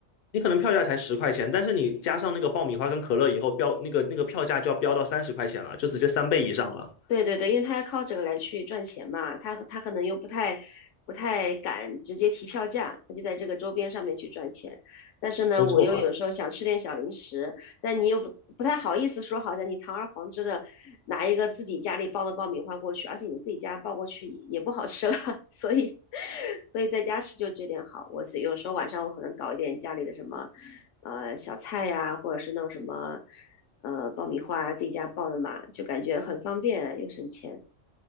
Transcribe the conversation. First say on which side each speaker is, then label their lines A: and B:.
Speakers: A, on the left; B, on the left.
A: 你可能票价才十块钱，但是你加上那个爆米花跟可乐以后，标那个那个票价就要飙到三十块钱了，就直接三倍以上了。
B: 对对对，因为他要靠这个来去赚钱嘛，他他可能又不太不太敢直接提票价，他就在这个周边上面去赚钱。但是呢，
A: 没错，
B: 我又有时候想吃点小零食，但你又不不太好意思说，好像你堂而皇之的拿一个自己家里包的爆米花过去，而且你自己家包过去也不好吃了，<laughs> 所以所以在家吃就这点好。我是有时候晚上我可能搞一点家里的什么呃小菜呀、或者是弄什么。呃爆米花自己家爆的嘛，就感觉很方便又省钱。